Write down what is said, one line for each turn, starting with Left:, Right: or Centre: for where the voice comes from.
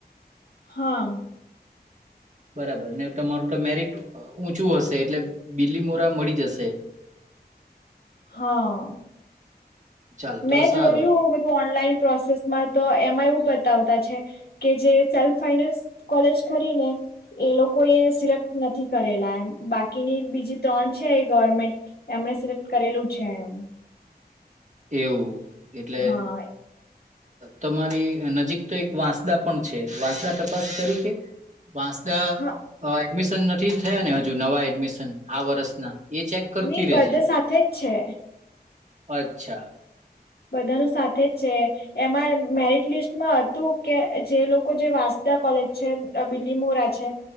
Left: હા
Right: બરાબર ને તમારું તો મેરિટ ઊંચું હશે એટલે બીલી મોરા મળી જશે
Left: હા
Right: ચાલ
Left: મેં
Right: તો સારું.
Left: જોયું બધું ઓનલાઈન પ્રોસેસ માં તો એમાં એવું બતાવતા છે કે જે સેલ્ફ ફાઈનાન્સ કોલેજ કરીને એ લોકો એ સિલેક્ટ નથી કરેલા એમ બાકીની બીજી ત્રણ છે એ ગવર્મેન્ટ એમને સિલેક્ટ કરેલું છે એમ
Right: એવું એટલે
Left: હા
Right: તમારી નજીક તો એક વાંસદા પણ છે વાંસદા તપાસ કરીકે વાસદ
Left: હા
Right: એડમિશન નથી થયા ને હજુ નવા એડમિશન આ વર્ષના એ ચેક કરતી
Left: નહી
Right: રજે
Left: બધા સાથે જ છે
Right: અચ્છા
Left: બધાનું સાથે જ છે એમાં મેરિટ લિસ્ટમાં હતું કે જે લોકો જે વાંસદા કોલેજ છે બીલી મોરા છે